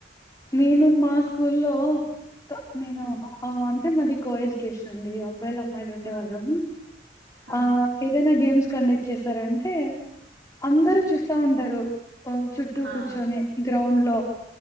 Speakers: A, on the left; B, on the right.
A: నేను మా స్కూల్లో క నేను
B: హ్మ్
A: ఆ అంటే మాది కో-ఎడ్యుకేషన్ అండి అ అబ్బాయిలు అమ్మాయిలు ఉండే
B: హా
A: వాళ్ళం
B: హా
A: ఆ ఏదైనా గేమ్స్ కండక్ట్ చేసారంటే అందరు
B: హా
A: చూస్తా ఉంటారు ఓ చుట్టూ
B: హా
A: కూర్చొని గ్రౌండ్ లో